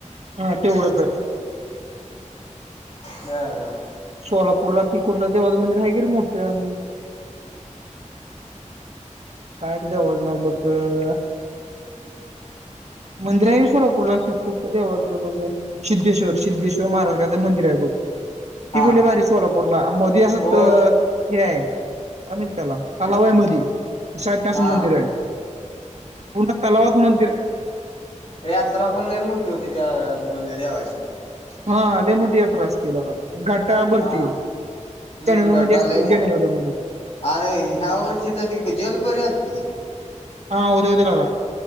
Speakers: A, on the right; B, on the left.
A: हा तेवढंच.
B: व ब.
A: सोलापूरला कुठलं देवाचं मंदिर आहे कि रे मोठं. कायच देवन <unintelligible> मंदिराही सोलापूर लागतील कुठल्या देवाचं तर. सिद्धेश्वर सिद्धेश्वर महाराजां मंदिर आहे बघ. ती
B: हा
A: बली भारी सोलापूरला मधी असं
B: हो
A: हे आहे काय म्हणतात त्याला तलाव आहे मधी. सा असं
B: हा
A: मंदिर आहे. पूर्ण तलावात मंदिर
B: हे यात्रा पण लई मोठी होती त्या म्ह देवाची.
A: हा लय मोठी यात्रा असत लागत. घाटा बडते,
B: हा हम्म
A: जानेवारी
B: गड्डा
A: मध्ये असते
B: लय मो
A: जानेवारी मध्ये.
B: अरे ह्या वर्षी तर त जेलपरी आलती.
A: हा उ <unintelligible>